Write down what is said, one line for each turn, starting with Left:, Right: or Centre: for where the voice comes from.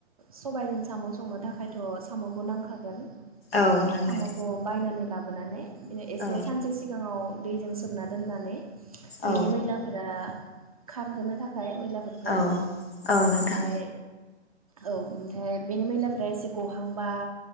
Right: सबायजों साम' संनो थाखायथ' सामखौ नांखागोन। बिदिनो
Left: औ नांगोन
Right: साम'खौ बायनानै लाब बोनानै बिनो एसे
Left: औ
Right: सानसे सिगाङाव दैजों सोमना दोननानै
Left: औ
Right: बिनि मैलाफोरा खारहोनो थाख फाय मैलाफोरखौ
Left: औ औ
Right: ओमफ्राय
Left: नोंथां
Right: औ ओमफ्राय बेनि मैलाफोरा एसे गहांबा